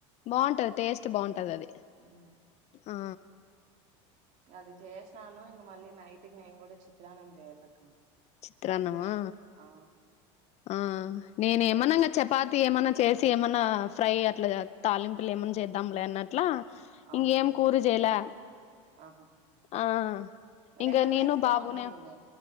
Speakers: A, on the left; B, on the right.
A: బావుంటది టేస్ట్ బావుంటదది
B: ఉమ్,
A: ఆ
B: అది చేసాను, ఇంగ మళ్ళీ నైటుకి నేను గూడ చిత్రాన్నం చేయాలక్క
A: చిత్రాన్నమా
B: ఆ
A: ఆ నేనేమన్నంగ
B: మీరు
A: చెప్ పాతి ఏమన్నా చేసి ఏమన్న ఫ్రై అట్ల తాలింపులు ఏమన్న చేద్దాంలే అన్నట్లా
B: అవునా
A: ఇంగ ఏం కూర జేయలా
B: ఆహా
A: ఆ ఇంగ
B: లెమన్
A: నేను
B: రైస్
A: బాబునే
B: బాగుంటుందిలే